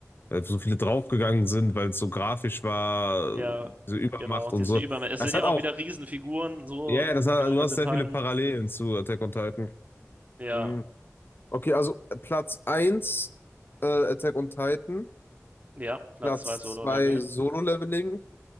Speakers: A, on the left; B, on the right.
A: weil so viele draufgegangen sind, weil es so grafisch war,
B: Ja,
A: diese Übermacht
B: genau, diese
A: und so.
B: Übermächte. Es
A: Das
B: sind
A: hat
B: ja auch
A: auch.
B: wieder Riesenfiguren, so
A: Ja, ja, das
B: genau
A: hat, du
B: mit
A: hast
B: den
A: sehr
B: Titan.
A: viele Parallelen zu Attack on Titan.
B: Ja,
A: Mhm. Okay, also äh, Platz eins äh, Attack on Titan,
B: ja, Platz
A: Platz
B: 2 Solo-Leveling.
A: 2 Solo-Leveling,